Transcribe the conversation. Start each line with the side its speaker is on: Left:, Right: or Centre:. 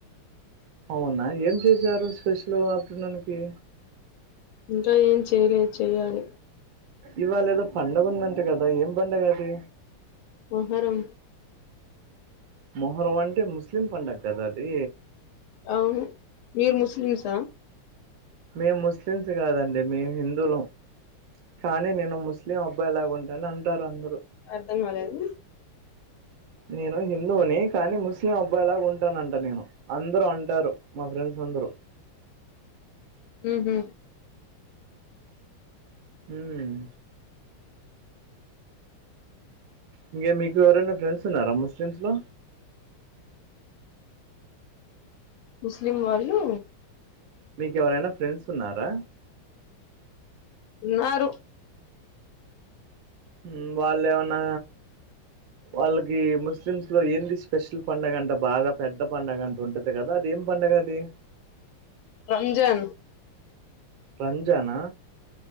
Right: అవునా ఏం చేశారు స్పెషల్ ఆఫ్టర్నూన్ కి
Left: ఇంకా ఏం చేయలేదు చెయ్యాలి
Right: ఇవాళ ఏదో పండగ ఉందంటే కదా ఏం పండగ అది
Left: మోహరం
Right: మొహరం అంటే ముస్లిం పండగ కదా అది
Left: అవును మీర్ ముస్లింసా
Right: మేము ముస్లిమ్స్ కాదండి మేము హిందువులం కానీ నేను ముస్లిం అబ్బాయిలాగా ఉంటను అంటారు అందరూ
Left: అర్థం కాలేదు
Right: నేను హిందువుని కానీ ముస్లిం అబ్బాయి లాగా ఉంటానంట నేను అందరుూ అంటారు మా ఫ్రెండ్స్ కొందరు
Left: ఉహు
Right: ఉమ్ ఇంకే మీకు ఎవరైనా ఫ్రెండ్స్ ఉన్నారా ముస్లిమ్స్ లో
Left: ముస్లిం వాళ్ళు
Right: మీకేవరైనా ఫ్రెండ్స్ ఉన్నారా
Left: ఉన్నారు
Right: మ్మ్ వాళ్ళు ఏమన్నా వాళ్ళకి ముస్లిమ్స్ లో ఏంది స్పెషల్ పండగ అంటే బాగా పెద్ద పండగ అంటే ఉంటది కదా నేన్ ఎంపడుగది
Left: రంజన్
Right: రంజానా